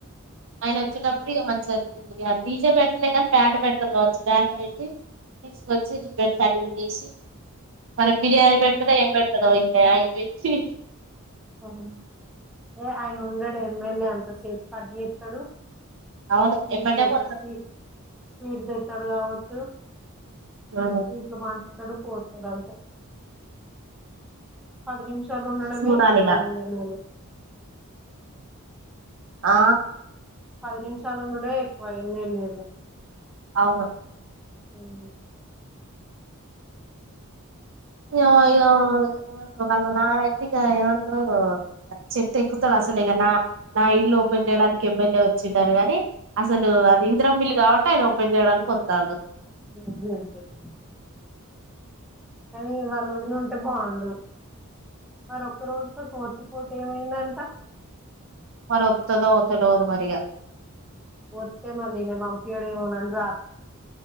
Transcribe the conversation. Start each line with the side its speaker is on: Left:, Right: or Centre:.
Right: ఆయన అచ్చేటప్పుడు ఇగ మంచిగా డిజే పెట్టలే కానీ బాండ్ పెడతారు కా బాండ్ పెట్టి తీసుకొచ్చి పెడతారు ఏసీ మరి బిర్యానీ పెడతాడో ఏం పెడత <unintelligible> పెట్టి
Centre: ఆహ ఏ ఆయన ఉండడు ఎమ్మెల్యే అంత సేపు కట్ జెత్తడు
Right: అవును
Centre: ఓ స్వీట్
Right: ఎమ్మటే
Centre: పెడతార్
Right: పోతారు
Centre: స్వీట్ స్వీట్ పెడ్ పోడుగావచ్చు
Right: ఆ,
Centre: ఎట్లా పండుకుంటాడు పోతడాంట పది నిమిషాలు ఉండడమే
Right: చూడాలిగా
Centre: ఎక్కువ ఏమ్ ఎల్ ఏ లు
Right: ఆ
Centre: పది నిమిషాలు ఉండుడే ఎక్కువ ఏమ్ ఎల్ ఏ లు
Right: అవును
Centre: అవున
Right: <unintelligible> వాళ్ళ నాన్న అయితే ఇగ ఏమంటారు చెట్టు ఎక్కుతాడు అస్సలే ఇగా నా నా ఇల్లు ఓపెన్ చేయడానికి ఎమ్మెల్యే వచ్చిండ ని గాని అసలు అది ఇందిరమ్మ ఇల్లు కాబట్టి ఆయన ఓ పెన్ చేయడానికి వస్తండు
Centre: <unintelligible> కానీ ఇవళ వదినా ఉంటే బాగుండు ఆర ఒక్క రోజు కోసం వచ్చి పో ఏమైందంట
Right: మరీ ఒత్తదొ తెలువదు మరిగా
Centre: ఒత్తె మళ్ళీ ఇంగా పంపియడేమోనాని రావా